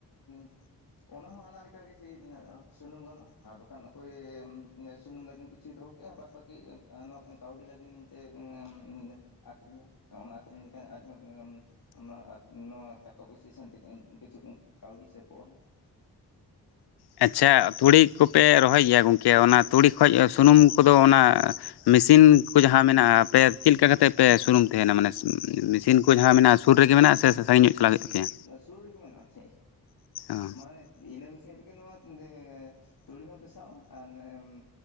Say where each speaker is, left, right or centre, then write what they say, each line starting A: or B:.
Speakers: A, on the left; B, on the left.
A: <unintelligible> ᱚᱱᱟ ᱦᱚᱸ ᱦᱟᱱᱟ ᱞᱮᱠᱟᱜᱮ ᱥᱮ ᱥᱩᱱᱩᱢ ᱜᱟᱱᱚᱜ-ᱟ ᱟᱨ ᱵᱟᱠᱷᱟᱱ ᱚᱠᱚᱭ ᱥᱩᱱᱩᱢ <inaudible> ᱥᱩᱫᱷᱩ ᱠᱮᱜᱼᱟ ᱵᱟᱫᱵᱟᱠᱤ ᱟᱱᱟ ᱠᱟᱹᱶᱰᱤ ᱞᱟᱹᱜᱤᱝ ᱛᱮ ᱚᱝ ᱟᱠᱷᱨᱤᱧᱟ ᱚᱱᱟ ᱟᱠᱷᱨᱤᱧ ᱞᱮᱠᱷᱟᱱ ᱟᱡᱦᱚᱸ ᱱᱚᱣᱟ ᱴᱟᱠᱟ ᱯᱩᱭᱥᱟ. ᱠᱤᱪᱷᱩ ᱠᱟᱹᱣᱰᱤ ᱥᱮᱯᱚᱜ-ᱟ
B: ᱟᱪᱪᱷᱟ ᱛᱩᱲᱤ ᱠᱚᱯᱮ ᱨᱚᱦᱚᱭ ᱜᱮᱭᱟ ᱜᱚᱢᱠᱮ ᱚᱱᱟ ᱛᱩᱲᱤ ᱠᱷᱚᱡ ᱥᱩᱱᱩᱢ ᱠᱚᱫᱚ ᱚᱱᱟ ᱢᱮᱥᱤᱱ ᱠᱚ ᱡᱟᱦᱟᱸ ᱢᱮᱱᱟᱜ-ᱟ ᱟᱯᱮ ᱪᱮᱫ ᱞᱤᱠᱟ ᱠᱟᱛᱮᱜ ᱯᱮ ᱥᱩᱱᱩᱢ ᱛᱟᱦᱮᱱᱟ ᱢᱟᱱᱮ ᱢᱮᱥᱤᱱ ᱠᱚ? ᱩᱱ ᱡᱟᱦᱟᱸ ᱢᱮᱱᱟᱜ-ᱟ ᱥᱩᱨ ᱨᱮᱜᱮ ᱢᱮᱱᱟᱜ-ᱟ ᱥᱮ ᱥᱟᱸᱜᱤᱧ ᱧᱚᱜ? ᱪᱟᱞᱟᱜ ᱦᱩᱭᱩᱜ ᱛᱟᱯᱮᱭᱟ
A: ᱥᱩᱨ ᱨᱮᱜ ᱢᱮᱱᱟᱜ-ᱟ ᱥᱮ
B: ᱚ
A: ᱢᱟᱱᱮ ᱤᱱᱟᱹ ᱢᱮᱥᱤᱱ ᱨᱮᱜᱮ ᱱᱚᱣᱟ ᱮᱸ ᱛᱩᱲᱤ ᱦᱚᱸ ᱯᱮᱥᱟᱣᱼᱟ ᱟᱨ ᱮᱸᱼᱼ